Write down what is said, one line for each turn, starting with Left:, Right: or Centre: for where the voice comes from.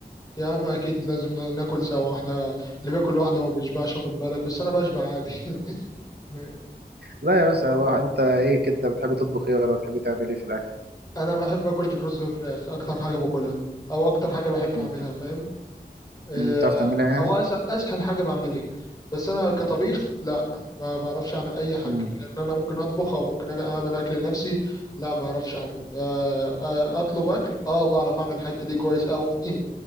Left: يا عم اكيد لازم ناكل سوا احنا اللي بياكل لوحده ما بيشبعش خد بالك بس انا بشبع عادي <laughs>
Right: لا يا باشا هو انت ايه كده بتحب تطبخ ايه ولا بتحب تعمل ايه في الاكل
Left: انا بحب اكل الرز والفراخ اكتر حاجه باكلها او اكتر حاجه بحب
Right: بت-
Left: اعملها فاهم آه،
Right: بتعرف تعملها
Left: او
Right: يعني
Left: أس- اسهل حاجه بعملها بس انا كطبيخ لا ما بعرفش اعمل اي حاجه
Right: مم.
Left: كان انا ممكن اطبخ او ممكن أج- اعمل اكل لنفسي لا ما اعرفش اعمل آه، آه، اطلب اكل اه بعرف اعمل الحته دي كويس قوي <laughs>